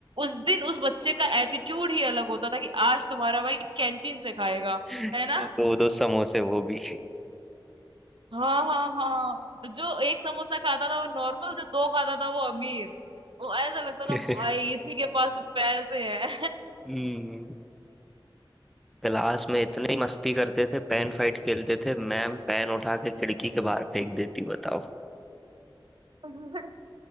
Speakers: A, on the right; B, in the centre.
A: उस दिन उस बच्चे का एटीट्यूड ही अलग होता था कि आज तुम्हारा भाई कैंटीन से खाएगा
B: <laughs>
A: है ना
B: दो दो समोसे वो भी
A: हाँ हाँ हाँ जो एक समोसा खाता था वो नॉर्मल जो दो खाता था वो अमीर वो ऐसा लगता
B: <laughs>
A: था भाई इसी के पास तो पैसे हैं
B: हम्म क्लास में इतनी मस्ती करते थे पेन फाइट खेलते थे मैम पेन उठा के खिड़की के बाहर फेंक देती बताओ
A: <laughs>